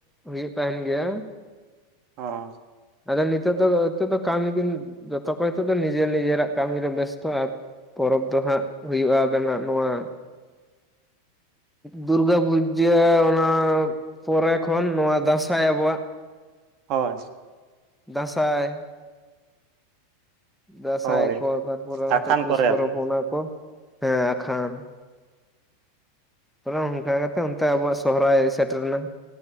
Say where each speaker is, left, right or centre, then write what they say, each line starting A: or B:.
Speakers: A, in the centre; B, on the right (about 50°).
A: ᱦᱩᱭᱩᱜ ᱛᱟᱦᱮᱱ ᱜᱮᱭᱟ᱾
B: ᱚ
A: ᱟᱫᱚ ᱱᱤᱛᱚᱜ ᱫᱚ ᱱᱤᱛᱚᱜ ᱫᱚ ᱠᱟᱹᱢᱤ ᱠᱤᱱ ᱡᱚᱛᱚ ᱠᱚ ᱱᱤᱛᱚᱜ ᱫᱚ ᱱᱤᱡᱮᱨ ᱱᱤᱡᱮᱨᱟᱜ ᱠᱟᱹᱢᱤ ᱨᱮ ᱵᱮᱥᱛᱚ ᱯᱚᱨᱚᱵᱽ ᱫᱚ ᱦᱟᱸᱜ ᱦᱩᱭᱩᱜᱼᱟ ᱟᱵᱮᱱᱟᱜ ᱱᱚᱣᱟ ᱫᱩᱨᱜᱟᱹ ᱯᱩᱡᱟᱹ ᱚᱱᱟ ᱯᱚᱨᱮ ᱠᱷᱚᱱ ᱱᱚᱣᱟ ᱫᱟᱸᱥᱟᱭ ᱟᱵᱚᱣᱟᱜ᱾
B: ᱦᱳᱭ
A: ᱫᱟᱸᱥᱟᱭ, ᱫᱟᱸᱥᱟᱭ
B: ᱦᱳᱭ
A: ᱠᱚ ᱛᱟᱨᱯᱚᱨ ᱚᱱᱛᱮ
B: ᱟᱠᱷᱟᱱ
A: ᱯᱩᱥ
B: ᱠᱚᱨᱮ
A: ᱯᱚᱨᱚᱵ
B: ᱟᱨᱠᱤ
A: ᱚᱱᱟ ᱠᱚ, ᱦᱮᱸ ᱮᱠᱷᱟᱱ ᱾ ᱯᱩᱨᱟᱹ ᱚᱱᱠᱟ ᱠᱟᱛᱮ ᱚᱱᱛᱮ ᱟᱵᱚᱣᱟᱜ ᱥᱚᱦᱨᱟᱭ ᱥᱮᱴᱮᱨ ᱮᱱᱟ᱾